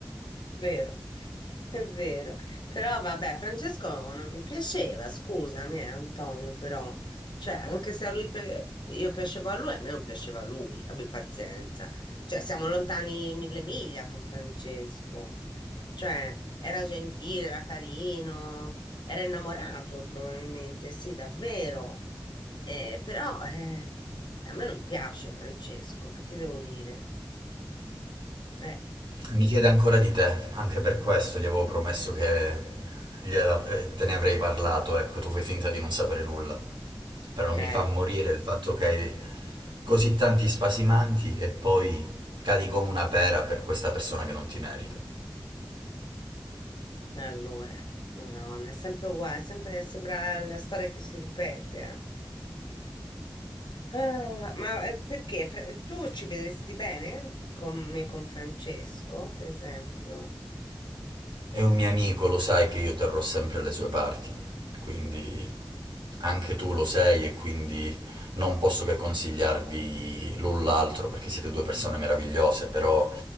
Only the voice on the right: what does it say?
Mi chiede ancora di te, anche per questo gli avevo promesso che gliela- eh, te ne avrei parlato, ecco, tu fai finta di non sapere nulla. Però
mi fa morire il fatto che hai così tanti spasimanti e poi cadi come una pera per questa persona che non ti merita.
È un mio amico, lo sai che io terrò sempre le sue parti, quindi anche tu lo sei e quindi non posso che consigliarvi l'un l'altro perché siete due persone meravigliose, però